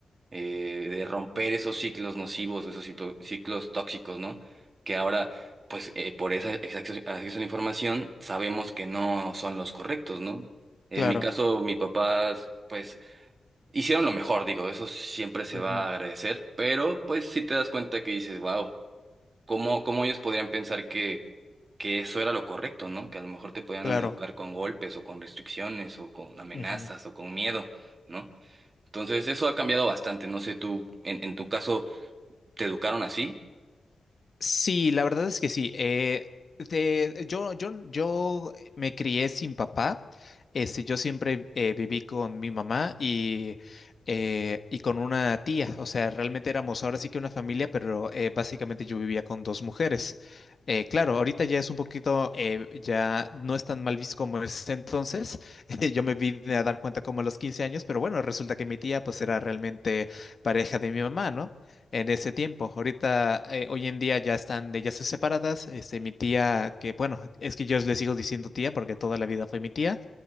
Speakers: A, on the right; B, on the left.
A: eh, de romper esos ciclos nocivos, esos ciclo- ciclos tóxicos, ¿no? Que ahora, pues eh, por ese ese acceso acceso a la información, sabemos que no son los correctos, ¿no? En
B: claro,
A: mi caso, mi papá, pues Hicieron lo mejor, digo, eso siempre se
B: ujú,
A: va a agradecer, pero pues sí te das cuenta que dices, wow, ¿cómo, cómo ellos podrían pensar que, que eso era lo correcto, ¿no? Que a lo mejor te podían
B: claro.
A: educar con golpes o con restricciones o con amenazas
B: ujú.
A: o con miedo, ¿no? Entonces eso ha cambiado bastante, no sé, tú, en, en tu caso, ¿te educaron así?
B: Sí, la verdad es que sí. Eh, te- yo, yo, yo me crié sin papá. Este, yo siempre eh, viví con mi mamá y, eh, y con una tía. O sea, realmente éramos ahora sí que una familia, pero eh, básicamente yo vivía con dos mujeres. Eh, claro, ahorita ya es un poquito, eh, ya no es tan mal visto como es entonces. <laughs> Yo me vine a dar cuenta como a los 15 años, pero bueno, resulta que mi tía pues era realmente pareja de mi mamá, ¿no? en ese tiempo. Ahorita, eh, hoy en día ya están de ellas separadas. Este, mi tía, que bueno, es que yo le sigo diciendo tía porque toda la vida fue mi tía,